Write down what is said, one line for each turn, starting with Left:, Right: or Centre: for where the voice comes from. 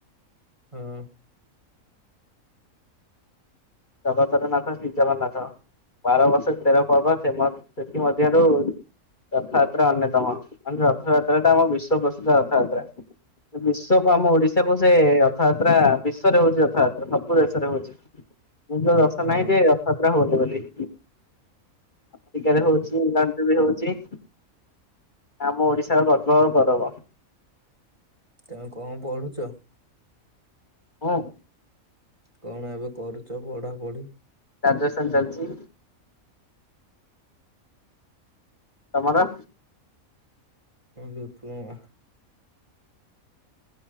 Right: ହଁ।
Left: ଜଗତର ନାଥ ଶ୍ରୀ ଜଗନ୍ନାଥ। ବାର ବର୍ଷ ତେର ପର୍ବ ସେ ମ ସେଥି ମଧ୍ୟରୁ ରଥଯାତ୍ରା ଅନ୍ୟତମ ରଥଯାତ୍ରାଟା ଆମ ବିଶ୍ୱ ପ୍ରସିଦ୍ଧ ରଥଯାତ୍ରା। ବିଶ୍ଵ କୁ ଆମ ଓଡିଶା କୁ ସେ ରଥଯାତ୍ରା ବିଶ୍ୱରେ ହଉଛି ରଥଯାତ୍ରା ସବୁ ଦେଶରେ ହଉଛି। ଏମିତକା ଦେଶ
Right: ହଁ
Left: ନାହିଁ ଯେ ରଥଯାତ୍ରା ହଉନି ବୋଲି। ଆମେରିକା ରେ ହଉଛି ଇରାନରେ ବି ହଉଛି। ଆମ ଓଡିଶାର ଗର୍ବ ଆଉ ଗଉରବ।
Right: ତମେ କଣ ପଢୁଛ?
Left: ମୁଁ।
Right: କଣ ଏବେ କରୁଛ ପଢା ପଢି?
Left: ଗ୍ରାଜୁଏସନ ଚାଲିଛି। ତମର।
Right: ଡିପ୍ଲୋମା।